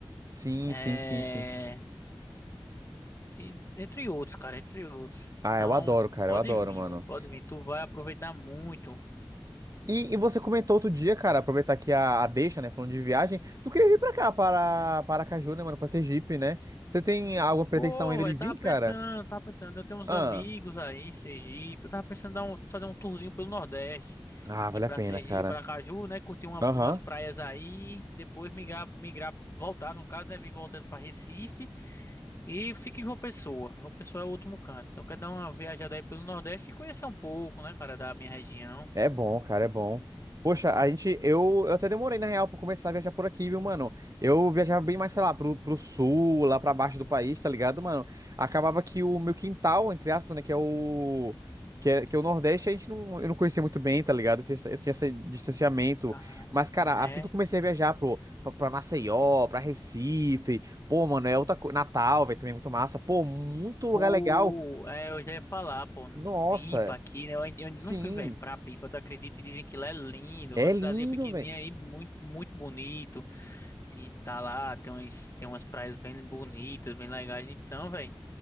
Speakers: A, on the right; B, on the left.
A: Sim,
B: é...
A: sim, sim, sim.
B: e- entre outros, cara, entre outros. Então,
A: Ah, eu adoro, cara,
B: pode
A: eu adoro,
B: vir,
A: mano.
B: velho, pode vir. Tu vai aproveitar muito.
A: E, e você comentou outro dia, cara, aproveitar aqui a, a deixa, né, falando de viagem, tu queria vir pra cá, para para Aracaju, né, mano, pra Sergipe, né? Você tem alguma pretensão
B: Pô,
A: ainda
B: velho,
A: de vir,
B: tava
A: cara?
B: pensando, tava pensando, eu tenho uns
A: Ah,
B: amigos aí em Sergipe, eu tava pensando em dar um, fazer um tourzinho pelo Nordeste,
A: ah, vale
B: ir pra
A: a pena,
B: Sergipe,
A: cara.
B: pra Caju, né, curtir uma-
A: Aham.
B: umas praias aí, depois migrar, migrar, voltar, no caso, né, vir voltando pra Recife e fica em João Pessoa, João Pessoa é o último canto, então eu quero dar uma viajada aí pelo Nordeste e conhecer um pouco, né, cara, da minha região.
A: É bom, cara, é bom. Poxa, a gente, eu, eu até demorei, na real, pra começar a viajar por aqui, viu, mano? Eu viajava bem mais, sei lá, pro, pro sul, lá pra baixo do país, tá ligado, mano? Acabava que o meu quintal, entre aspas, né, que é o. Que é, que é o Nordeste, a gente não, eu não conhecia muito bem, tá ligado? Eu tinha, essa- eu tinha esse distanciamento.
B: Cara,
A: Mas, cara,
B: é.
A: assim que eu comecei a viajar pro, pra, pra Maceió, pra Recife, pô, mano, é outra coisa. Natal, velho, também é muito massa. Pô, muito
B: Pô,
A: lugar legal.
B: é, eu já ia falar, pô,
A: Nossa,
B: Pipa aqui, né? Eu ainda eu
A: sim.
B: ainda não fui, velho, pra Pipa, tu acredita? E dizem que lá é lindo,
A: É
B: uma cidadezinha
A: lindo,
B: pequenininha
A: velho.
B: aí, muito, muito bonito. E tá lá, tem umas, tem umas praias bem bonitas, bem legais. Então, velho,